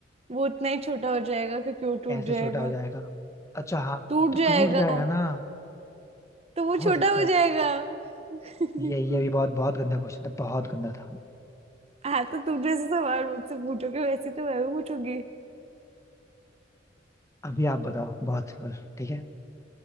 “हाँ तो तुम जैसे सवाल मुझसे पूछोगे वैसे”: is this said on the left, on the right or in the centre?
Right